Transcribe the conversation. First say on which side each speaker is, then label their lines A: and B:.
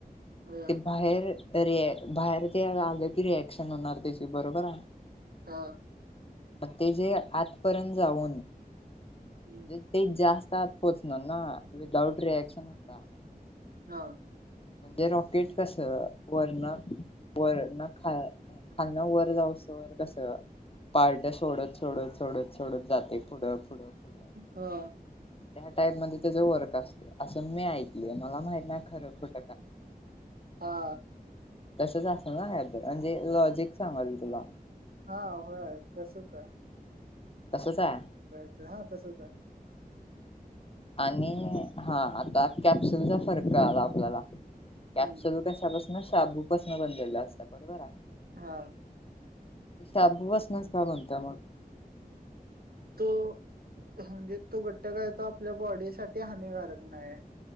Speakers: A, on the right; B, on the left.
A: हा
B: ते बाहेर रिया बाहेर ते आलं की रिएक्शन होणार त्याची बरोबर आहे
A: हा
B: ते जे आतपर्यंत जाऊने
A: हम्म
B: ते जास्त ात पोचण ना विदाउट रिएक्शन होता
A: हा
B: म्हणजे रॉकेट कसं वरण वरण खा खाना वर जावसं वर कसं पार्ट सोडत सोडत सोडत सोडत जाते पुढं पुढं पुढं
A: हा
B: त्या टाईप मध्ये त्याच वर्क असते असं मी ऐकले मला माहित नाही खरं खोट
A: हा
B: तसंच असेल ना ह म्हणजे लॉजिक सांगाल तुला
A: हा होय तसच आहे
B: तसच आहे
A: हा तसं हाय
B: आणि हा आता कॅप्सुलचा फरक आला आपल्याला कॅप्सुल
A: हम्म
B: कशापासन शाबूपासन बनलेलं असत बरोबर आहे
A: हा
B: शाब बसण्यास काय बनता मग
A: तो म्हणजे तो घट्ट काय तो आपल्या बॉडी साठी हानिकारक नाही